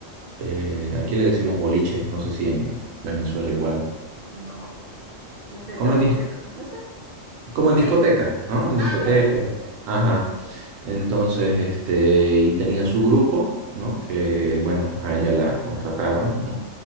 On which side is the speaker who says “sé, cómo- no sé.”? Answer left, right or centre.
Right